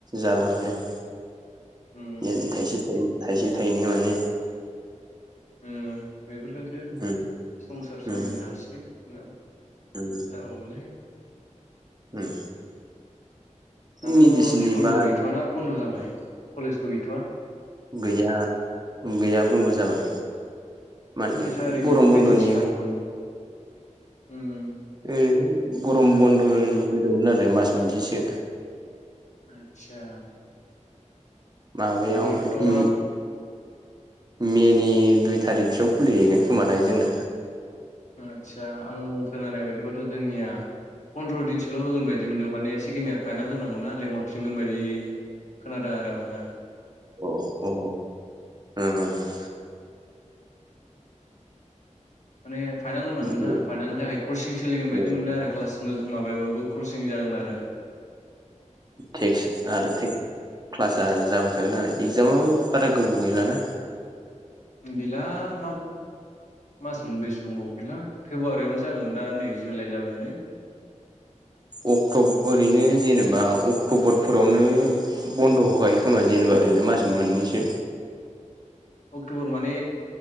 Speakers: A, on the right (about 35°); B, on the left (about 70°).
A: जाला माने
B: <inaudible> उम
A: <unintelligible> थायसे थायनै थायसे थायनै माने
B: ओ बेफोरजोंसो
A: उम
B: संसार सोलिनो
A: उम
B: हासिगोन
A: उम
B: होनना <unintelligible>
A: उम
B: दाथ'
A: मेडिसिननि
B: स्कुलबो
A: बा
B: गैथ'वाना बन्द' जाबाय कलेजबो गैथ'वा
A: गैया गैया बन्द' जाबाय माने
B: कलेजआ ओरैनो
A: गरम
B: खैदिनसो
A: बन्द'नि
B: थाबावगोन उम
A: ओरै गरम
B: नङा
A: बन्द' होदोंमोन आरो मास मोनसेसो
B: आदसा
A: माबायाव
B: जोंनिखौथ'
A: ओ
B: आं
A: मेनि दुइ थारिखसोआव खुलिहैगोन खोमा दायो जोंना
B: आदसा आं खोनानाय बायदिबाथ' जोंनिया फन्द्र' दिनसोल' होगोन बायदि मोनदों माने सेकेड इयार फाइनाल होनांगौ ना लेंहरफिनगोन बायदि खोनादों आरो आं ना
A: औ औ उम उम
B: माने फाइनाल होनांगोन
A: उम
B: ना फाइनालनि थाखाय क्रसिं सोलिगोन बायदि
A: औ
B: मोनदों आरो क्लास माबायाबाबो क्रसिं जा जागोन आरो
A: थेक्स आरो थेक क्लासआ जाबाय थागोन आरो इगजामाबो बारा गोबाव गैलाना
B: गैला <inaudible> मास मोनब्रैसो दंबावो गैला फेब्रुवारियावनो जागोन दा नै जुलाइ जाबायानो
A: अक्ट' ओरैनो जेनेबा अक्ट'बरफोरावनो बन्द' होखायो खोमा बा जेनेबा ओरैनो मास मोननैसो
B: अक्ट'बर माने